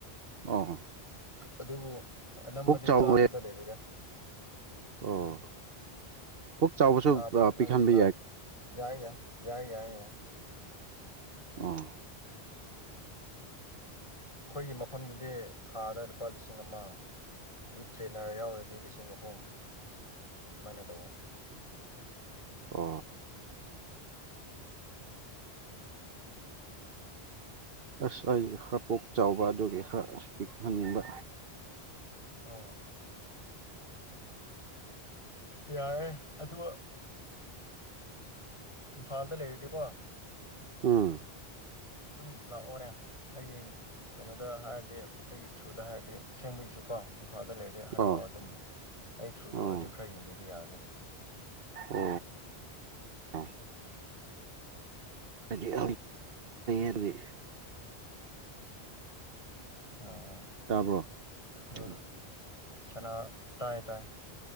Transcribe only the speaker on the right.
ꯑꯣ
ꯄꯨꯛ ꯆꯥꯎꯕ
ꯑꯣ ꯄꯨꯛ ꯆꯥꯎꯕꯁꯨ
ꯑꯥ,
ꯄꯤꯛꯍꯟꯕ
ꯎꯝ ꯑ
ꯑ ꯑꯁ ꯑꯩ ꯈꯔ ꯄꯣꯛ ꯆꯥꯎꯕ ꯑꯗꯨꯒꯤ ꯈꯔ ꯑ ꯄꯤꯛꯍꯟꯅꯤꯡꯕ
ꯎꯝ
ꯑꯣ
ꯑꯣ
ꯑꯣ ꯑ ꯂꯩꯌꯦ ꯑꯗꯨꯒꯤ
ꯇꯥꯕ꯭ꯔꯣ
ꯎꯝ